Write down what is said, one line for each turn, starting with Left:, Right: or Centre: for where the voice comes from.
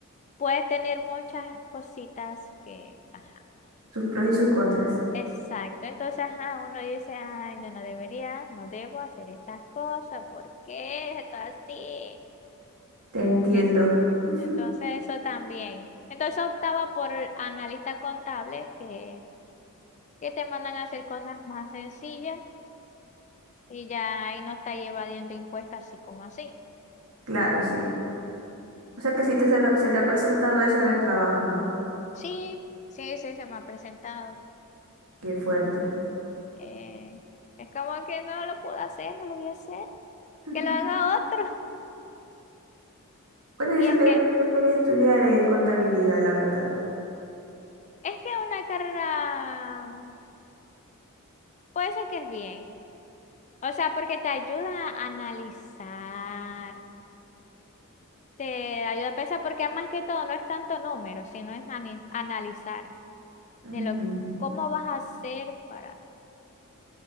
Left: puede tener muchas cositas que, ajá.
Right: Sus pros y sus contras.
Left: Exacto, entonces ajá, uno dice, ay, yo no debería, no debo hacer estas cosas, ¿por qué? Esto así.
Right: Te entiendo.
Left: que sí.
Right: <laughs>
Left: Entonces eso también. Entonces optaba por el analista contable que, que te mandan a hacer cosas más sencillas y ya ahí no está evadiendo impuestos así como así.
Right: Claro, sí. O sea que sí te, se te se te ha presentado eso en el trabajo, ¿no?
Left: Sí, sí, sí, se me ha presentado.
Right: Qué fuerte.
Left: Eh, es como que no lo puedo hacer, no lo voy a hacer,
Right: <laughs>
Left: que lo haga otro. <laughs>
Right: Bueno, si
Left: Y
Right: supieras
Left: es que,
Right: que yo quería estudiar eh, contabilidad, la verdad.
Left: es que una carrera mm, puede ser que es bien. O sea, porque te ayuda a analizar Te ayuda a pensar porque más que todo no es tanto número, sino es ani- analizar
Right: Ujú.
Left: de lo cómo vas a hacer para